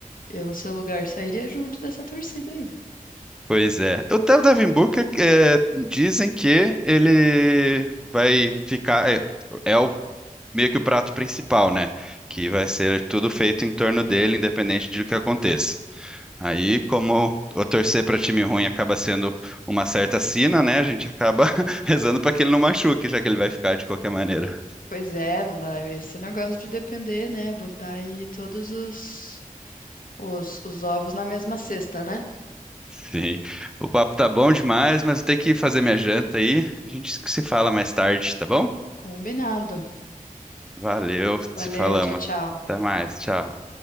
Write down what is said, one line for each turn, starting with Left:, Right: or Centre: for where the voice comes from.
Left: eu no seu lugar sairia junto dessa torcida aí.
Centre: Pois é. O Theo Devin Booker, é, dizem que ele vai ficar. É, é o meio que o prato principal, né? Que vai ser tudo feito em torno dele, independente de o que aconteça. Aí, como o torcer para time ruim acaba sendo uma certa sina, né? A gente acaba <laughs> rezando para que ele não machuque, já que ele vai ficar de qualquer maneira.
Left: Pois é, não dá. é Esse negócio de depender, né? Botar aí todos os, os, os ovos na mesma cesta, né?
Centre: Sim. O papo tá bom demais, mas eu tenho que fazer minha janta aí. A gente se fala mais tarde, tá bom?
Left: Combinado.
Centre: Valeu,
Left: Valeu,
Centre: se falamos.
Left: tchau, tchau.
Centre: Até mais, tchau.